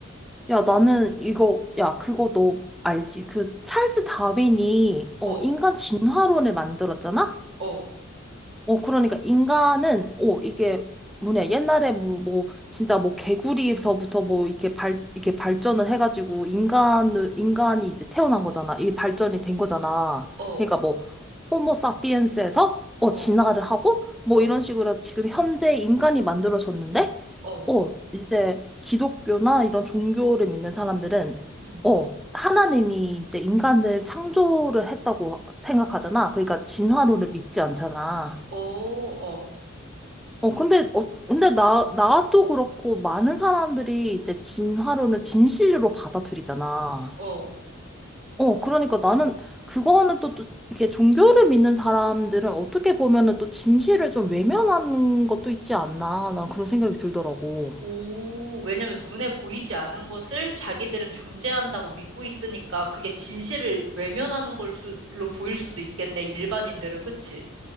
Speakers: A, in the centre; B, on the right.
A: 야, 나는 이거, 야, 그거 너 알지? 그 찰스 다윈이, 어,
B: 어,
A: 인간 진화론을 만들었잖아?
B: 어,
A: 어, 그러니까 인간은, 어, 이게 뭐냐, 옛날에 뭐, 뭐, 진짜 뭐 개구리에서부터 뭐, 이렇게 발, 이렇게 발전을 해가지고, 인간, 인간이 이제 태어난 거잖아. 이게 발전이 된 거잖아.
B: 어,
A: 그러니까 뭐, 호모 사피엔스에서, 어,
B: 어,
A: 진화를 하고, 뭐
B: 어,
A: 이런 식으로 해서 지금 현재 인간이 만들어졌는데,
B: 어,
A: 어, 이제 기독교나 이런 종교를 믿는 사람들은,
B: 음,
A: 어, 하나님이 이제 인간을 창조를 했다고 생각하잖아. 그러니까 진화론을 믿지 않잖아.
B: 어, 어,
A: 어, 근데, 어, 근데 나, 나도 그렇고, 많은 사람들이 이제 진화론을 진실로 받아들이잖아.
B: 어.
A: 어, 그러니까 나는 그거는 또, 또, 이렇게 종교를 믿는 사람들은 어떻게 보면은 또 진실을 좀 외면하는 것도 있지 않나. 난 그런 생각이 들더라고.
B: 오, 왜냐면 눈에 보이지 않은 것을 자기들은 존재한다고 믿고 있으니까 그게 진실을 외면하는 걸로 보일 수도 있겠네, 일반인들은, 그치?